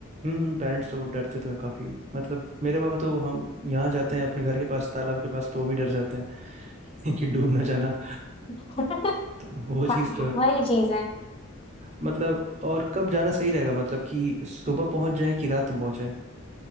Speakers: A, on the right; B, on the left.
A: हम्म हम्म पेरेंट्स तो वो डरते तो है काफी मतलब मेरे पापा तो हम यहाँ जाते हैं अपने घर के पास तालाब के पास तो वो भी डर जाते हैं <laughs> कि डूब ना जाना
B: <laughs>
A: तो वो चीज़
B: हाँ
A: तो है
B: वही चीज है
A: मतलब और कब जाना सही रहेगा मतलब कि सुबह पहुंच जाए कि रात में पहुंचे